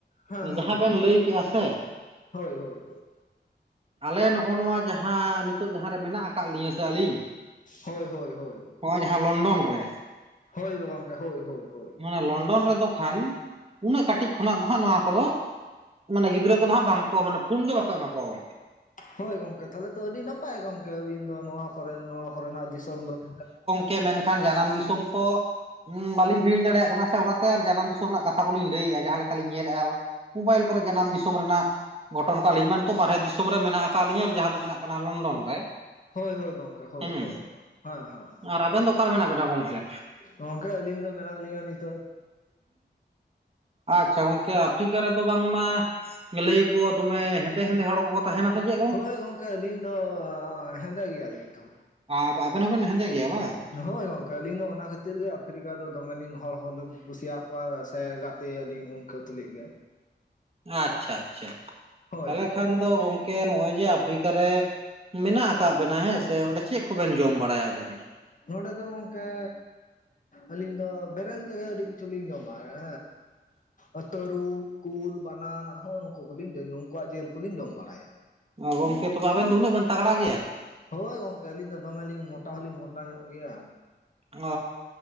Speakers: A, on the left; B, on the right.
A: ᱦᱮᱸ ᱦᱮᱸ
B: ᱡᱟᱦᱟᱸ ᱵᱮᱱ ᱞᱟᱹᱭ ᱠᱮᱜᱼᱟ ᱥᱮ,
A: ᱦᱳᱭ ᱦᱳᱭ
B: ᱟᱞᱮ ᱱᱚᱜᱼᱚ ᱱᱚᱣᱟ ᱡᱟᱦᱟᱸ ᱱᱤᱛᱳᱜ ᱡᱟᱦᱟᱸ ᱨᱮ ᱢᱮᱱᱟᱜ ᱟᱠᱟᱫ ᱞᱤᱧᱟ ᱥᱮ ᱟᱹᱞᱤᱧ,
A: ᱦᱳᱭ ᱦᱳᱭ ᱦᱳᱭ᱾
B: ᱦᱚᱸᱜᱼᱚᱭ ᱡᱟᱦᱟᱸ ᱞᱚᱱᱰᱚᱱ ᱨᱮ
A: ᱦᱳᱭ ᱜᱚᱝᱠᱮ ᱦᱳᱭ ᱦᱳᱭ ᱦᱳᱭ
B: ᱚᱱᱟ ᱞᱚᱱᱰᱚᱱ ᱨᱮᱫᱚ ᱠᱷᱟᱱ ᱩᱱᱟᱹᱜ ᱠᱟᱹᱴᱤᱡ ᱠᱷᱚᱱᱟᱜ ᱫᱚ ᱦᱟᱸᱜ ᱱᱚᱣᱟ ᱠᱚᱫᱚ ᱢᱟᱱᱮ ᱜᱤᱫᱽᱨᱟᱹ ᱠᱚᱫᱚ ᱦᱟᱸᱜ ᱵᱟᱝᱠᱚ ᱢᱟᱱᱮ ᱯᱷᱩᱱ ᱜᱮ ᱵᱟᱠᱚ ᱮᱢᱟ ᱠᱚᱣᱟ ᱜᱚᱝᱠᱮ᱾
A: ᱦᱳᱭ ᱜᱚᱝᱠᱮ ᱛᱟᱦᱞᱮ ᱛᱚ ᱟᱹᱰᱤ ᱱᱟᱯᱟᱭ ᱜᱚᱝᱠᱮ ᱟᱹᱵᱤᱱ ᱫᱚ ᱱᱚᱣᱟ ᱠᱚᱨᱮ ᱱᱚᱣᱟ ᱠᱚᱨᱮᱱᱟᱜ ᱫᱤᱥᱚᱢ ᱫᱚ <inaudible>
B: ᱠᱮ ᱢᱮᱱᱠᱷᱟᱱ ᱡᱟᱱᱟᱢ ᱫᱤᱥᱚᱢ ᱛᱚ ᱩᱸ ᱵᱟᱹᱞᱤᱧ ᱦᱤᱲᱤᱧ ᱫᱟᱲᱮᱭᱟᱜ ᱠᱟᱱᱟ ᱥᱮ ᱚᱱᱟᱛᱮ ᱟᱨ ᱡᱟᱱᱟᱢ ᱫᱤᱥ ᱥᱚᱢ ᱨᱮᱱᱟᱜ ᱠᱟᱛᱷᱟ ᱠᱚᱞᱤᱧ ᱞᱟᱹᱭᱮᱫᱼᱟ ᱡᱟᱦᱟᱸ ᱞᱮᱠᱟᱞᱤᱧ ᱧᱮᱞᱮᱫᱼᱟ ᱢᱳᱵᱟᱭᱤᱞ ᱠᱚᱨᱮ ᱡᱟᱱᱟᱢ ᱫᱤᱥᱚᱢ ᱨᱮᱱᱟᱜ ᱜᱷᱚᱴᱚᱱ ᱠᱚ ᱟᱞᱤᱧ ᱢᱟ ᱱᱤᱛᱚᱜ ᱵᱟᱨᱦᱮ ᱫᱤᱥᱚᱢ ᱨᱮ ᱢᱮᱱᱟᱜ ᱟᱠᱟᱫ ᱞᱤᱧᱟᱹ ᱡᱟᱦᱟᱸ ᱫᱚ ᱢᱮᱛᱟᱜ ᱠᱟᱱᱟ ᱞᱚᱱᱰᱚᱱ᱾ ᱨᱮ
A: ᱦᱳᱭ ᱦᱳᱭ ᱜᱚᱝᱠᱮ ᱦᱳᱭ
B: ᱦᱩᱸ
A: ᱦᱳᱭ, ᱦᱮᱸ ᱦᱮᱸ᱾
B: ᱟᱨ ᱟᱵᱮᱱ ᱫᱚ ᱚᱠᱟᱨᱮ ᱢᱮᱱᱟᱜ ᱵᱮᱱᱟ ᱜᱚᱝᱠᱮ?
A: ᱜᱚᱝᱠᱮ ᱟᱹᱞᱤᱧ ᱫᱚ ᱢᱮᱱᱟᱜ ᱞᱤᱧᱟᱹ ᱱᱤᱛ
B: ᱟᱪᱪᱷᱟ ᱜᱚᱝᱠᱮ ᱟᱯᱷᱨᱤᱠᱟ ᱨᱮᱫᱚ ᱵᱟᱝ ᱢᱟ ᱞᱟᱹᱭ ᱟᱠᱚ ᱫᱚᱢᱮ ᱦᱮᱸᱫᱮ ᱦᱮᱸᱫᱮ ᱦᱚᱲ ᱠᱚᱠᱚ ᱛᱟᱦᱮᱱᱟ ᱥᱮ ᱪᱮᱫ
A: ᱦᱳᱭ ᱜᱚᱝᱠᱮ ᱟᱹᱞᱤᱧ ᱫᱚ ᱦᱮᱸᱫᱮ ᱜᱮᱭᱟᱞᱤᱧ ᱛᱚ᱾
B: ᱟᱨ ᱟᱵᱮᱱ ᱦᱚᱸᱵᱮᱱ ᱦᱮᱸᱫᱮ ᱜᱮᱭᱟ ᱵᱟᱝ?
A: ᱦᱳᱭ ᱜᱚᱝᱠᱮ ᱟᱹᱞᱤᱧ ᱫᱚ ᱚᱱᱟ ᱠᱷᱟᱹᱛᱤᱨ ᱜᱮ ᱟᱯᱷᱨᱤᱠᱟ ᱫᱚ ᱫᱚᱢᱮᱞᱤᱧ ᱦᱚᱲ ᱦᱚᱞᱤᱧ ᱠᱩᱥᱤᱭᱟᱠᱚᱣᱟ ᱥᱮ ᱜᱟᱛᱮ ᱟᱹᱞᱤᱧ ᱩᱱ ᱠᱟᱹ ᱛᱩᱞᱩᱡ ᱜᱮ᱾
B: ᱟᱪᱪᱷᱟ ᱟᱪᱪᱷᱟ,
A: ᱦᱳᱭ
B: ᱛᱟᱞᱦᱮ
A: ᱦᱳᱭ
B: ᱠᱷᱟᱱ
A: ᱦᱳᱭ
B: ᱫᱚ ᱜᱚᱝᱠᱮ ᱱᱚᱜ-ᱚᱭ ᱡᱮ ᱟᱯᱷᱨᱤᱠᱟᱨ ᱨᱮ ᱢᱮᱱᱟᱜ ᱟᱠᱟᱫ ᱵᱮᱱᱟ ᱦᱮᱸ ᱥᱮ ᱚᱸᱰᱮ ᱪᱮᱫ ᱠᱚᱵᱮᱱ ᱡᱚᱢ ᱵᱟᱲᱟᱭᱟ ᱟᱵᱮᱱ ᱫᱚ?
A: ᱱᱚᱸᱰᱮ ᱫᱚ ᱜᱚᱝᱠᱮ ᱟᱹᱞᱤᱧ ᱫᱚ ᱵᱮᱨᱮᱞ ᱛᱮᱜᱮ ᱟᱹᱰᱤ ᱠᱤᱪᱷᱩ ᱞᱤᱧ ᱡᱚᱢᱟ ᱦᱮᱸᱻ ᱚ ᱛᱟᱹᱨᱩᱵ, ᱠᱩᱞ, ᱵᱟᱱᱟ, ᱦᱚᱸᱜ ᱱᱩᱠᱩ ᱠᱚᱞᱤᱧ ᱠᱚ ᱱᱩᱠᱩᱣᱟᱜ ᱡᱤᱞ ᱠᱚᱞᱤᱧ ᱡᱚᱢ ᱵᱟᱲᱟᱭᱟ᱾
B: ᱚ ᱜᱚᱝᱠᱮ ᱛᱚᱵᱮ ᱟᱵᱮᱱ ᱫᱚ ᱩᱱᱟᱹᱜ ᱵᱮᱱ ᱛᱟᱜᱽᱲᱟ ᱜᱮᱭᱟ?
A: ᱦᱳᱭ ᱜᱚᱝᱠᱮ ᱟᱹᱞᱤᱧ ᱫᱚ ᱫᱚᱢᱮᱞᱤᱧ ᱢᱚᱴᱟ ᱦᱚᱞᱤᱧ ᱢᱚᱴᱟ ᱧᱚᱜ ᱜᱮᱭᱟ᱾
B: ᱚᱻ